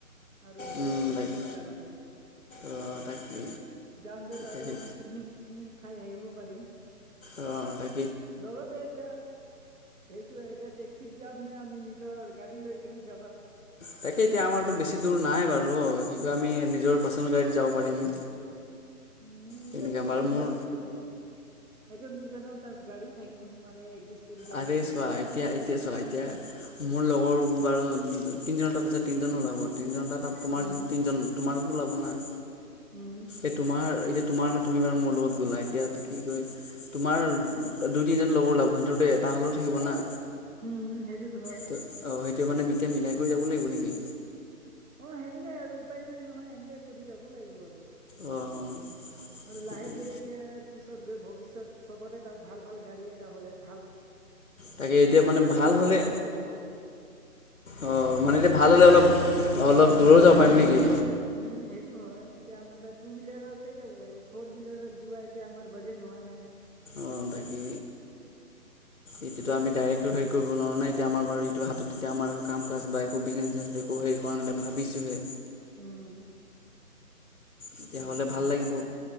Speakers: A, on the right; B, on the left.
A: আৰু এতিয়া
B: উম
A: ফুৰিবৰ
B: তাকে
A: কাৰণে।
B: অঁ তাকে
A: যাম দে ততে
B: তাকে
A: অ পিকনিক চিকনিক খাই খাই আহিব পাৰিম
B: অ তাই
A: লগতে এতিয়া সেইটো এতিয়া চিত যাম নে আমি নিজৰ গাড়ী লৈ কেনে যাবা
B: তাকে এতিয়া আমাৰতো বেছি দূৰ নাই বাৰু কি কয় আমি নিজৰ পাৰ্চনেল গাড়ীত যাব পাৰিম
A: উম নিজ
B: তেনেকৈ
A: পাৰচন
B: বাৰু মোৰ
A: গাড়ীত গলে এজন দুজননে তাত গা়ড়ী থাকিব নোৱাৰে কৰি যাব
B: আৰে
A: পাৰি
B: চোৱা
A: না।
B: এতিয়া এতিয়া চোৱা এতিয়া মোৰ লগৰ বাৰু তিনিজন তাত আছে তিনিজনো ওলাব তিনিজন তাত তোমাৰ
A: উম,
B: তিনিজন তোমাৰ তাতো ওলাব না
A: উম,
B: এই তোমাৰ তোমাৰ নে তুমি বাৰু মোৰ লগত গ'লা এতিয়া কি কয় তোমাৰ দুই তিনিজন লগৰ ওলভ সিটোতো এটা হ'লেও থাকিব না
A: উম সেইটোতো হয়
B: ত
A: <inaudible>
B: অঁ সেইটোৱে মানে এতিয়া মিলাই কৰি যাব লাগিব নেকি
A: অ' সেনেকাই আৰু উপায় নাই নহয় এনেকে কৰি যাব লাগিব আৰু
B: অঁ অঁ
A: আৰু
B: সেইটোৱে
A: লাহে ধৰেকে পি ত গৈ ভৱিষ্যত চবতে তাত ভাল ভাল গাড়ী এটা হ'লে ভাল
B: তাকে এতিয়া মানে
A: আশা কৰো
B: ভাল হ'লে
A: চবৰে তাত হওক
B: অ মানে এতিয়া ভাল হ'লে অলপ অলপ দূৰো যাব পাৰিম নেকি
A: উম সেইটো হয় এতিয়া আমাৰ তাৰ টু বিলাহতে যাব লাগিব ফ'ৰ বিলাহৰ যোৱা এতিয়া আমাৰ বাজেট হোৱা নাই
B: অ' তাকী এতিটো
A: তাকে
B: আমি ডাইৰেক্ট
A: এতিয়া
B: হেৰি কৰিব নোৱাৰো ন এতিয়া আমাৰ বাৰু এইটো হাতত এতিয়া আমাৰ একো কাম কাজ বা একো বিজনেছ আে একো হেৰি কৰা নাই ভাবছোঁহে
A: উম।
B: তেতিয়াহ'লে
A: সেইটোতো
B: ভাল
A: হয়
B: লাগিব,